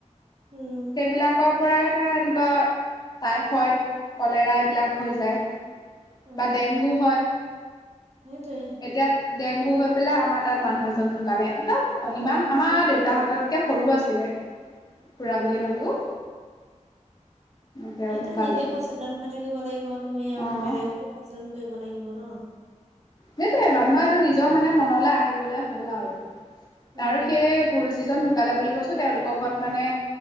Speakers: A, on the right (about 60°); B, on the left (about 30°).
A: উম
B: সেইবিলাকৰ পৰাই ধৰা এনেকুৱা তাই হয় কলেৰা এইবিলাক হৈ যায়
A: অ
B: বা ডেংগু হয়
A: সেইটোৱে
B: এতিয়া ডেংগু হৈ পেলাই আমাৰ তাত মানুহ এজন ঢুকালে একদম ইমান আমাৰ
A: উম
B: দেউতা
A: উম
B: হাততকে সৰু আছে যে খুডা
A: উম
B: বুলি মাতো তেওঁ
A: এইটো
B: ঢুকালে
A: নিজে সচেতন হৈ থাকিব লাগিব তুমি আৰু
B: অ',
A: বেলেগকো সচেতন কৰিব লাগিব ন
B: সেইটোয়ে মানুহ এইটো নিজৰ মানে মনলৈ আহিবলে হ'ল আৰু
A: উম
B: আৰু সেই গুৰু যিজন ঢুকালে বুলি কৈছোঁ তেওঁলোকৰ ঘৰত মানে